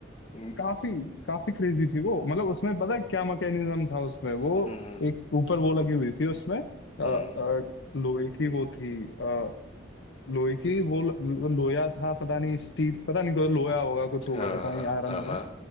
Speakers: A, on the left (about 30°); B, on the left (about 65°).
A: हम्म
B: काफी काफी क्रेजी थी वो मतलब उसमें पता है क्या मैकेनिज्म था उसमें वो
A: हम्म
B: एक ऊपर वो लगी हुई थी उसमें अ,
A: हम्म,
B: अ, लोहे की वो थी अ, लोहे की वो ल- लोया था पता नहीं स्टील पता नहीं कोई लोया होगा कुछ होगा
A: हाँ
B: पता नहीं
A: हाँ
B: आयरन
A: हाँ
B: होगा
A: हाँ